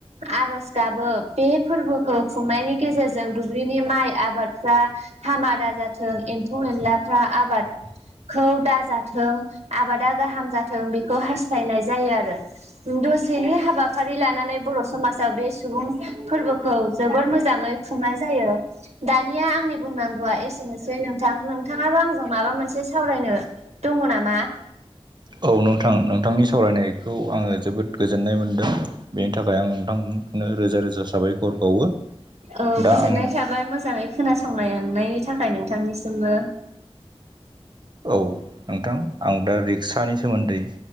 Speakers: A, on the right; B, on the right.
A: आर'ज गाबो बे फोरबोखौ खुंनायनि गेजेरजों दुब्लिनि माइ आबादफ्रा हामादा जाथों एम्फौ एनलाफ्रा आबाद खौ दाजाथों आबादा गाहाम जाथों बेखौ हास्थायनाय जायो आरो दसेनि हाबाफारि लानानै बर' समाजा बे सुबुं फोरबोखौ जोबोर मोजाङै खुंनाय जायो दानिया आंनि बुंनांगौआ एसेनोसै नोंथां नोंथाङाबो आंजों माबा मोनसे सावरायनो दङ नामा?
B: औ नोंथां नोंथांनि सावरायनायखौ आङो जोबोद गोजोननाय मोनदों। बेनि थाखाय आं नोंथांखौनो रोजा रोजा साबायखर बावो
A: औ गोजोननाय
B: दा आं
A: थाबाय मोजाङै खोनासंलनायनि थाखाय नोंथांनिसिमबो
B: औ नोंथां। आं दा रिक्सानि सोमोन्दै